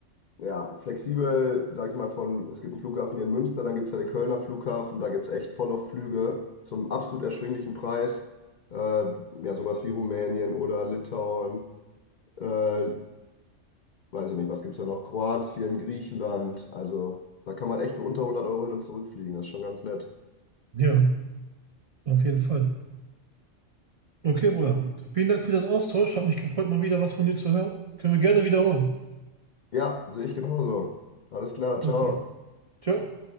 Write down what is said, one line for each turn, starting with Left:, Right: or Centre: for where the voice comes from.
Left: äh, ja, flexibel, sag ich mal, von, es gibt einen Flughafen hier in Münster, dann gibt es ja den Kölner Flughafen, da gibt es echt voll auf Flüge zum absolut erschwinglichen Preis. Äh, ja, sowas wie Rumänien oder Litauen äh, weiß ich nicht, was gibt es da noch? Kroatien, Griechenland. Also da kann man echt für unter 100 Euro hin und zurückfliegen. Das ist schon ganz nett.
Right: ja, auf jeden Fall. Okay, Bruder. Vielen Dank für den Austausch. Hat mich gefreut, mal wieder was von dir zu hören. Können wir gerne wiederholen.
Left: Ja, sehe ich genauso. Alles klar, ciao.
Right: Okay. Ciao.